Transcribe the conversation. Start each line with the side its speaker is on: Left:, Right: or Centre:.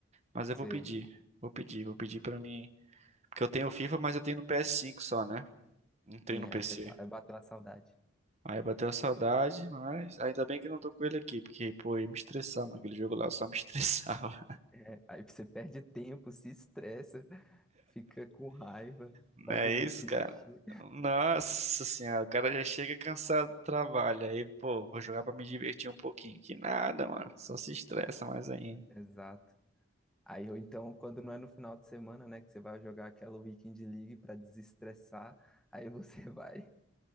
Right: Mas eu
Centre: sei.
Right: vou pedir, vou pedir, vou pedir pra mim. Porque eu tenho o FIFA, mas eu tenho no PS5 só, né? Não tenho
Centre: Sim,
Right: no Sim.
Centre: aí
Right: PC.
Centre: você tá, aí bateu a saudade.
Right: Aí bateu a saudade, mas ainda bem que eu não tô com ele aqui, porque, pô, eu ia me estressar, mano, aquele jogo lá, eu só me <laughs> estressava.
Centre: É, aí você perde tempo, se estressa, fica com raiva,
Right: Não
Centre: vai
Right: é
Centre: dormir
Right: isso,
Centre: triste.
Right: cara? Nossa senhora, o cara já chega cansado do trabalho. Aí, pô, vou jogar pra me divertir um pouquinho. Que nada, mano. Só se estressa mais ainda.
Centre: Exato. Aí ou então, quando não é no final de semana, né, que você vai jogar aquela Weekend League pra desestressar, aí você <laughs> vai,